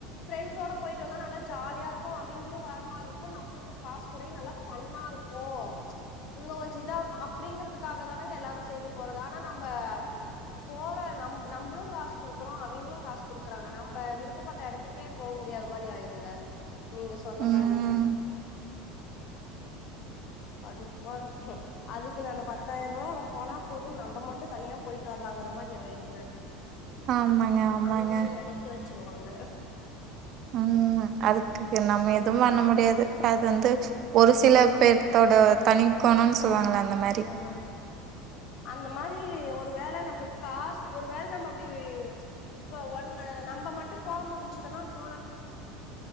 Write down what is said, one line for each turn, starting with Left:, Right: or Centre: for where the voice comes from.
Left: ஃப்ரெண்ட்ஸோட போயிட்டு வந்தா நல்லா ஜாலியா இருக்கு அவிங்களு வர மாரி இருக்கு நம்பளுக்கு காஸ் கொறையு நல்லா ஃபன்னாருக் கு இன்னு கொஞ்ச இதாருக் அப்டிங்கறதுக்காக தானங்க எல்லாரு சேந்து போறது ஆனா நம்ப போற நம் நம்பளு காஸ் குடுக்குறோ அவிங்களு காஸ் குடுக்குறாங்க நம்ப விருப்பப்பட்ட எடத்துக்கே போ முடியாத மாரி ஆயிருங்க நீங்க சொன்ன
Right: ம்
Left: மாரி கடுப்பா இருக்கு அதுக்கு நானு பத்தாயிரூவா போனா போதுன்னு நம்ப மட்டு தனியா போயிட்டு வர்லாங்கற மாரி ஆயிருங்க
Right: ஆமாங்க ஆமாங்க
Left: அந்த மாரி நெனைக்க வச்சிருவாங்க
Right: ம் அதுக்கு நம்ம எதுவு பண்ண முடியாது அது வந்து ஒரு சில பேர்த்தோட தனிக்கொணன்னு சொல்லுவாங்கல்ல அந்த மாரி
Left: அதா அந்த மாரி ஒரு வேல நம்பளுக் காசு ஒரு வேல நம்ப அப்டி இப்ப ஒன்ன நம்ப மட்டு போவ முடிஞ்சுதுனா போலா